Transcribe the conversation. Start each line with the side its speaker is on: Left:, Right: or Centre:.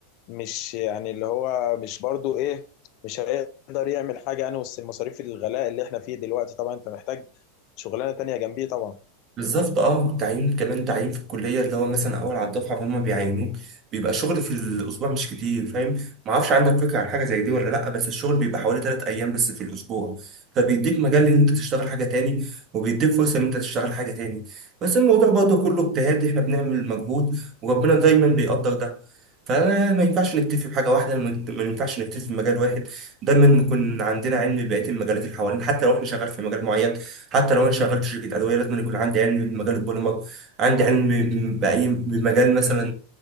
Left: مش يعني اللي هو مش برضو ايه مش هيقدر يعمل حاجة يعني وسط المصاريف الغلاء اللي احنا فيه دلوقتي طبعا انت محتاج شغلانة تانية جنبيه طبعا
Right: بالظبط اه تعيين كمان تعيين في الكليه اللي هو مثلا اول على الدفعه فهم بيعينوك بيبقى شغل في الاسبوع مش كتير فاهم ما اعرفش عندك فكره عن حاجه زي دي ولا لا بس الشغل بيبقى حوالي ثلاث ايام بس في الاسبوع فبيديك مجال ان انت تشتغل حاجه تاني وبيديك فرصه ان انت تشتغل حاجه تاني بس الموضوع برضه كله اجتهاد احنا بنعمل مجهود وربنا دايما بيقدر ده فما ما ينفعش نكتفي بحاجه واحده ما ما ينفعش نكتفي بمجال واحد دايما نكون عندنا علم ببقيه المجالات اللي حوالينا حتى لو احنا شغال في مجال معين حتى لو انا شغال في شركه ادويه لازم يكون عندي علم بمجال البوليمر عندي علم ب- باي بمجال مثلا